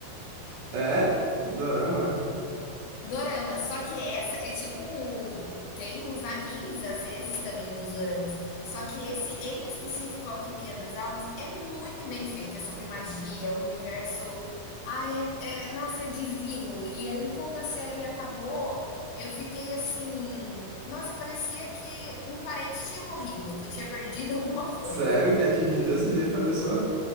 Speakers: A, on the right (about 65°); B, on the left (about 90°).
A: É? Dorama?
B: Dorama, só que essa é tipo. o- Tem os animes, às vezes, também dos doramas. Só que esse, em específico, Alquimia das Almas, é muito bem feito. É sobre magia, o universo. Ai, é, é, nossa, é divino. E aí, quando a série acabou, eu fiquei assim. Nossa, parecia que um parente tinha morrido, que eu tinha perdido <laughs> alguma coisa.
A: Sério que atinge desse jeito a pessoa?